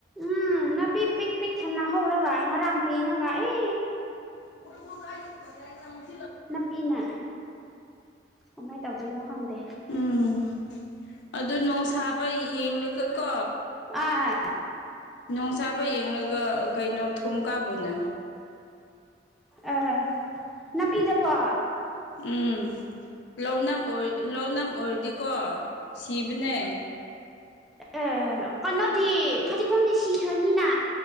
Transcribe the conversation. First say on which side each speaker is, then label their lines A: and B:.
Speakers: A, in the centre; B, on the left.
A: ꯎꯝ ꯅꯥ ꯄꯤꯛ ꯄꯤꯛ ꯄꯤꯛ ꯊꯟꯅ ꯍꯧꯔꯒ ꯉꯔꯥꯡ ꯄꯦꯡꯉꯒ ꯑꯩ
B: ꯎꯔ <unintelligible> <inaudible>
A: ꯅꯥꯄꯤꯅ ꯀꯃꯥꯏꯅ ꯇꯧꯗꯣꯏꯅꯣ ꯈꯪꯗꯦ
B: ꯎꯝ ꯑꯗꯨ ꯅꯣꯡꯁꯥꯕ ꯌꯦꯡꯂꯒ ꯀꯣ
A: ꯑꯥ
B: ꯣꯡ ꯁꯥꯥꯕ ꯌꯦꯡꯂꯒ ꯀꯩꯅꯣ ꯊꯨꯝ ꯀꯥꯕꯅ
A: ꯑ ꯅꯅꯥ ꯄꯤꯗ ꯐ
B: ꯎꯝ ꯂꯧꯥꯎꯅꯝ ꯑꯣꯏ ꯂꯧꯥꯎꯅꯝ ꯑꯣꯏꯔꯗꯤ ꯀꯣ ꯁꯤꯕꯅꯦꯩ
A: ꯑꯥ ꯀꯩꯅꯣꯗꯤ ꯐꯗꯤꯒꯣꯝꯗꯤ ꯁꯤꯈ꯭ꯔꯅꯤꯅ